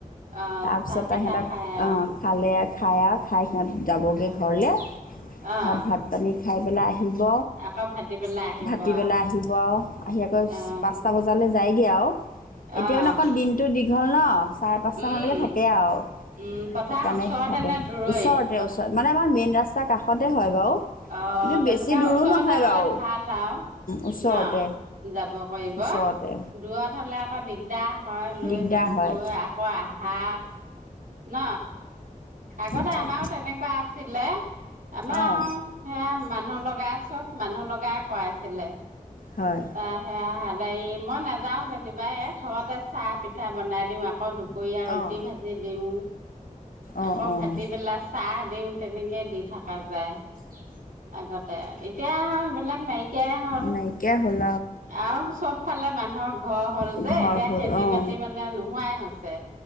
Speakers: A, on the right (about 75°); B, on the left (about 80°).
A: অ'
B: তাৰপিছত
A: চাহ
B: তেহেতে
A: পিঠা খাই আৰু
B: খালে, খাই আৰু খাই সিহঁত যাবগৈ
A: অ'
B: ঘৰলে
A: অ'
B: ঘৰত ভাত পানী খাইপেলাই আহি আহিব
A: আকৌ ভাটিবেলা আহিব
B: ভাতিবেলাই
A: আৰু
B: আহিব আৰু আহি আকৌ
A: অ'
B: পাঁচটা বজালৈ যায়। <unintelligible> এতিয়াও
A: অ'
B: মানে অকণ দিনটো দি হল ন চাৰে পাঁচটামানলৈকে
A: উম
B: থাকে আৰু
A: উম পথাৰ
B: সেইকাৰণে
A: ওচৰতে
B: থাকে,
A: নে দূৰৈত
B: ওচৰতে-ওচৰত মানে আমাৰ মেইন ৰাস্তা ছা কাষতে হয়। বাৰু
A: অ',
B: কিন্তু
A: তেনেকুৱা
B: বেছি দূৰো
A: ওচৰতে
B: নহয়
A: হ'লে
B: বাৰু
A: ভাল আৰু।
B: ওচৰতে
A: ন, যাব কৰিব,
B: ওচৰতে
A: দূৰত হ'লে আকৌ দিগদাৰ হয় লৈ
B: দিগদাৰ হয়
A: গৈ আকৌ আহা। ন। আগতে
B: হয়
A: আমাৰো তেনেকুৱা আছিলে, আমাৰ
B: অঁ
A: সেয়া মানুহ লগা চব মানুহ লগাই কৰাইছিলে।
B: হয়
A: তাইহে আউ যাই, মই নাযাও যেনিবা এ, ঘৰতে চাহ পিঠা বনাই দিওঁ আ আকৌ দুপৰীয়া ৰুটি
B: অঁ
A: ভাজি দিওঁ।
B: অঁ
A: আকৌ
B: অঁ
A: ভাটি বেলা ছাহ দিওঁ। তেনেকে দি থকা যায়। আগতে, এতিয়া এইবিলাক নাইকিয়াই হ'ল,
B: নাইকিয়া হ'ল
A: আৰু চব ফালে মানুহৰ ঘ <unintelligible> অ হল
B: অঁ
A: যে,
B: ঘৰ
A: এতিয়া
B: হ'ল
A: খেতি
B: অঁ
A: বাতি মানে নোহোৱাই হৈছে।